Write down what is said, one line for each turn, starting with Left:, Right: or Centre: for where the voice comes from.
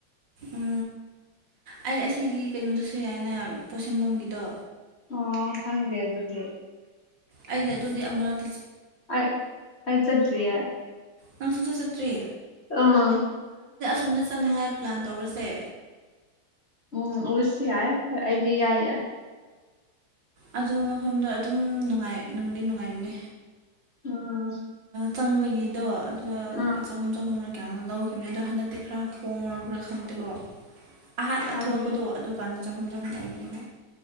Right: ꯎ ꯑꯩ ꯑꯁꯤꯒꯤ ꯀꯩꯅꯣꯗꯨꯁꯨ ꯌꯥꯏꯅꯦ ꯄꯣꯠꯁꯦꯝꯐꯝꯒꯤꯗꯣ
Left: ꯑꯣ ꯈꯪꯗꯦ ꯑꯗꯨꯗꯤ
Right: ꯑꯩꯗꯤ ꯑꯗꯨꯗꯤ ꯑꯃꯔꯛ
Left: ꯑꯩ ꯆꯠꯇꯔꯤꯌꯦ
Right: ꯅꯪ ꯁꯨꯡꯆꯠ ꯆꯠꯇ꯭ꯔꯤ
Left: ꯑꯥꯎ
Right: ꯊꯨꯅ ꯆꯠꯅꯤꯡꯉꯥꯏ ꯄ꯭ꯂꯥꯟ ꯇꯧꯔꯁꯦ
Left: ꯎꯝ ꯎꯁꯤ ꯌꯥꯏ ꯍꯣꯏ ꯑꯩꯗꯤ ꯢꯌꯥ ꯌꯥꯏ
Right: ꯑꯗꯨ ꯃꯐꯝꯗꯣ ꯑꯗꯨꯝ ꯅꯨꯡꯉꯥꯏ ꯅꯨꯡꯗꯤ ꯅꯨꯡꯉꯥꯏꯕꯅꯦ
Left: ꯎꯝ
Right: ꯆꯪꯕꯒꯤꯗꯣ ꯑꯗꯨꯒ
Left: ꯎꯝ
Right: ꯂꯨꯄꯥ ꯆꯍꯨꯝ ꯆꯍꯨꯝ ꯀ ꯂꯧꯈꯤꯕꯅꯦ ꯑꯗꯣ ꯍꯟꯗꯛꯇꯤ ꯈꯔ ꯍꯣꯡꯉꯔꯕ꯭ꯔꯥ ꯈꯪꯗꯦꯀꯣ ꯑꯍꯥꯟꯕ
Left: ꯈꯪꯗꯦ
Right: ꯊꯣꯛꯂꯛꯄꯗꯣ ꯑꯗꯨꯀꯥꯟꯗ ꯆꯍꯨꯝ ꯆꯍꯨꯝ ꯑꯣꯏꯕꯅꯦ